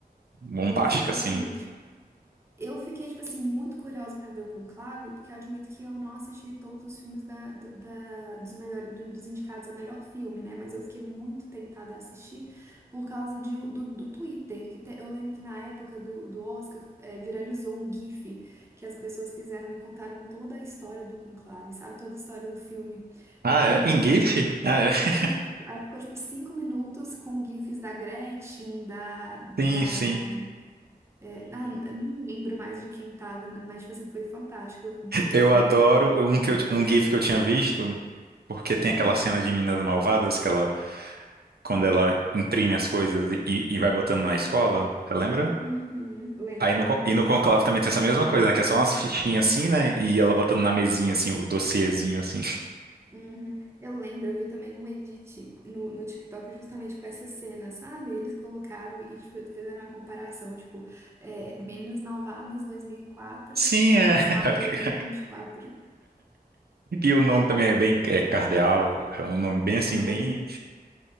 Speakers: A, on the right; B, on the right.
A: bombástica,
B: Exatamente.
A: assim.
B: Eu fiquei, tipo assim, muito curiosa pra ver o Conclave, porque eu admito que eu não assisti todos os filmes da, da- da- dos, melhor, do- dos indicados a melhor filme, né? Mas eu fiquei muito tentada a assistir por causa de, um- do, do Twitter, que te- eu lembro que na época do, do Oscar eh, viralizou um GIF que as pessoas fizeram e contaram toda a história do Conclave, sabe? Toda a história do filme
A: Ah,
B: eh,
A: é?
B: em GIF.
A: Em GIF? Ah, é? <laughs>
B: E aí ficou, tipo, cinco minutos com GIFs da Gretchen, da, da
A: Sim, sim.
B: é, ah, eu nem lembro mais de quem tava, mas, tipo assim, foi fantástico. Uma criatividade
A: Eu adoro
B: enorme.
A: um, que eu- um GIF que eu tinha visto, porque tem aquela cena de Meninas Malvadas, que ela, quando ela imprime as coisas e, e vai botando na escola, você lembra?
B: Uhum, lembro,
A: Aí no, con-
B: lembro.
A: e no Conclave também tem essa mesma coisa, né? Que é só umas fichinhas assim, né? E ela botando na mesinha, assim, o dossiêzinho, assim. <laughs>
B: Uhum. Eu lembro, eu vi também um edit no, no TikTok justamente com essa cena, sabe? Eles colocaram e tipo, fizeram uma comparação, tipo, é, Meninas Malvadas 2004
A: Sim, é.
B: com Claro
A: <laughs>
B: 2024.
A: E o nome também é bem é Cardeal, é um nome bem assim,
B: Uhum.
A: bem